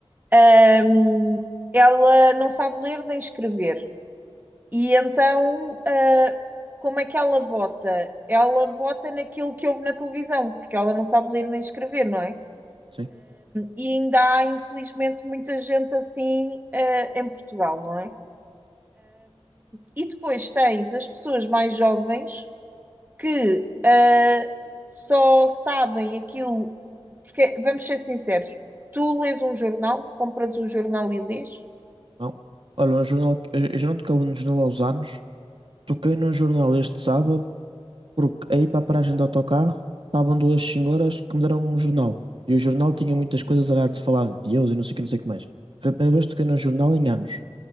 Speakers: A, on the right (about 20°); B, on the right (about 55°).
A: ahm, ela não sabe ler nem escrever. E então, ah, como é que ela vota? Ela vota naquilo que ouve na televisão, porque ela não sabe ler nem escrever, não é?
B: sei.
A: E ainda há, infelizmente, muita gente assim, ah, em Portugal, não é? E depois tens as pessoas mais jovens que ah, só sabem aquilo, porque vamos ser sinceros, tu lês um jornal, compras o jornal e lês.
B: Não. Olha, um jornal. que- Eu eu já não tocava no jornal aos anos. Toquei num jornal este sábado porque aí para a paragem do autocarro estavam duas senhoras que me deram um jornal. E o jornal tinha muitas coisas, era de se falar de Deus e não sei o que, não sei o que mais. Foi a primeira vez que toquei num jornal em anos.